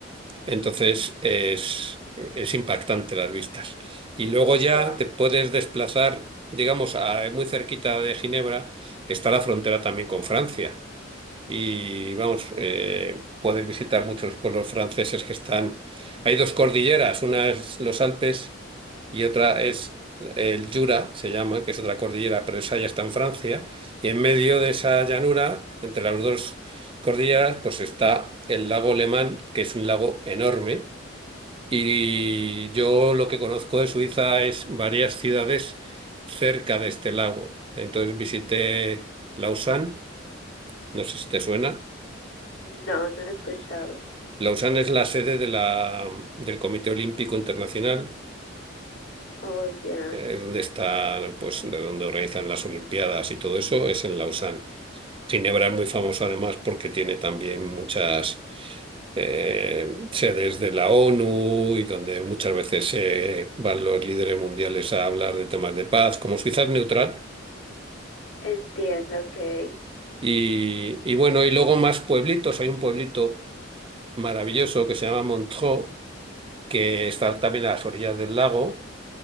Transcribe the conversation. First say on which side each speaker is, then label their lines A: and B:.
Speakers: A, on the right; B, on the left.
A: Entonces es, es impactante las vistas. Y luego ya
B: Wow.
A: te puedes desplazar, digamos, a- muy cerquita de Ginebra está la frontera también con Francia y vamos, eh, poder visitar muchos pueblos franceses que están. Hay dos cordilleras, una es los Alpes y otra es el Jura, se llama, que es otra cordillera, pero esa ya está en Francia. Y en medio de esa llanura, entre las dos cordilleras, pues está el lago Le que es un lago enorme. Y yo lo que conozco de Suiza es varias ciudades cerca de este lago. Entonces visité Lausanne, no sé si te suena.
B: No, no lo he escuchado.
A: Lausanne es la sede de la, del Comité Olímpico Internacional,
B: Oh, ya.
A: eh, es donde está, pues, de donde organizan las Olimpiadas y todo eso, es en Lausanne. Ginebra es muy famosa además porque tiene también muchas eh, sedes de la ONU y donde muchas veces eh, van los líderes mundiales a hablar de temas de paz, como Suiza es neutral.
B: Entiendo, ok.
A: Y, y bueno, y luego más pueblitos, hay un pueblito maravilloso que se llama Montreux, que está también a las orillas del lago